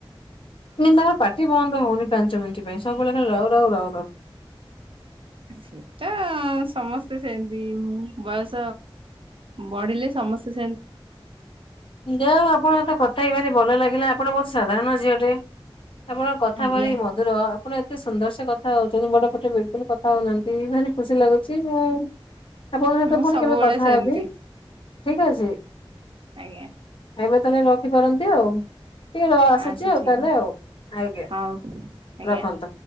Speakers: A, on the left; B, on the right.
A: ଏ ତାଙ୍କର ପାଟି ବନ୍ଦ ହଉନି ପାଞ୍ଚ ମିଣ୍ଟି ପାଇଁ ସବୁବେଳେ ଖାଲି ରାଉ ରାଉ ରାଉ ରାଉ।
B: ସେଟା ସମସ୍ତେ ସେମତି ବୟସ ବଢିଲେ ସମସ୍ତେ ସେ
A: ଯା ହେଉ ଆପଣଙ୍କ ତ କଥା ହେଇ ଭାରି ଭଲ ଲାଗିଲା ଆପଣ ବହୁତ ସାଧାରଣ ଝିଅଟେ। ଆପଣ କଥା
B: ଆଜ୍ଞା
A: ଭାରି ମଧୁର। ଆପଣ ଏତେ ସୁନ୍ଦର ସେ କଥା ହଉଛନ୍ତି ବଡ଼ ପାଟିରେ ବିଲକୁଲ କଥା ହଉନାହାନ୍ତି ଭାରି ଖୁସି ଲାଗୁଚି, ମୁଁ ଆପଣଙ୍କ ସହିତ
B: ମୁଁ
A: ପୁଣି
B: ସବୁବେଳେ
A: କେବେ କଥା
B: ସେମିତି।
A: ହେବି ଠିକ ଅଛି।
B: ଆଜ୍ଞା।
A: ଏବେ ତାହେଲେ ରଖିପାରନ୍ତି ଆଉ। ଟିକେ ର ଆସୁଛି
B: ଆଚ୍ଛା
A: ଆଉ
B: ଠିକ
A: ତାହେଲେ ଆଉ ଆଜ୍ଞା
B: ହଉ ଆଜ୍ଞା।
A: ରଖନ୍ତୁ।
B: <inaudible>